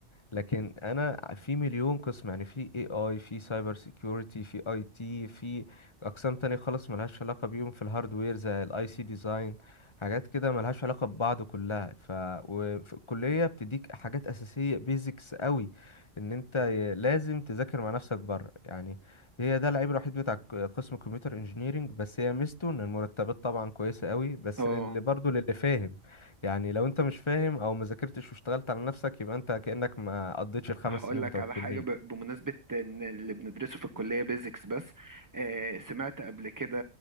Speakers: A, on the left; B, on the right.
A: لكن انا في مليون قسم يعني في اي اي في سايبر سيكيورتي في اي تي في اقسام تانية خالص ملهاش علاقة بيهم في الهاردوير زي الاي سي ديزاين حاجات كده ملهاش علاقة ببعض كلها ف وفي الكلية بتديك حاجات أساسية بيزكس قوي ان انت ي- لازم تذاكر مع نفسك بره يعني هي ده العيب الوحيد بتاع ك- قسم كمبيوتر انجينيرينج بس هي ميزته ان المرتبات طبعا كويسة قوي بس
B: اه
A: للي برضه للي فاهم يعني لو انت مش فاهم او ما ذاكرتش واشتغلت على نفسك يبقى انت كأنك ما قضيتش الخمس
B: هقول
A: سنين
B: لك
A: بتوع
B: على
A: الكلية
B: حاجة ب- بمناسبة إن اللي بندرسه في الكلية بيزكس بس آه سمعت قبل كده